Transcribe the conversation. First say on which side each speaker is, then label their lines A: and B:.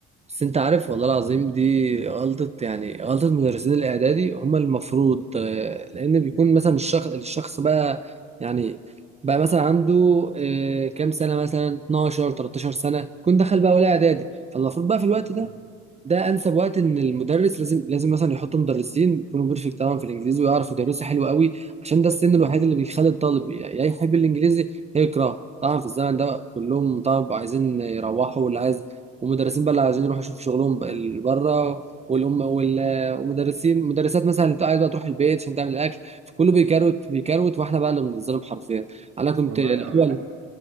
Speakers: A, on the right (about 20°); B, on the right (about 75°).
A: بس انت عارف والله العظيم دي غلطة يعني غلطة مدرسين الإعدادي هم المفروض آه، لأن بيكون مثلا الشخص الشخص بقى يعني بقى مثلا عنده آه، كام سنة مثلا 12 13 سنة يكون دخل بقى أولى إعدادي فالمفروض بقى في الوقت
B: مم.
A: ده ده انسب وقت ان المدرس لازم لازم مثلا يحطوا مدرسين يكونوا بيرفكت طبعا في الانجليزي ويعرفوا يدرسوا حلو قوي عشان ده السن الوحيد اللي بيخلي الطالب يا يا يحب الانجليزي يا يكرهه طبعا في الزمن ده كلهم طبعا عايزين يروحوا واللي عايز ومدرسين بقى اللي عايزين يروحوا يشوفوا شغلهم بقى اللي بره والام وال- ومدرسين مدرسات مثلا اللي عايز بقى تروح البيت عشان تعمل الاكل فكله بيكروت بيكروت واحنا بقى اللي بنتظلم حرفيا انا كنت
B: والله
A: الاول
B: اقول لك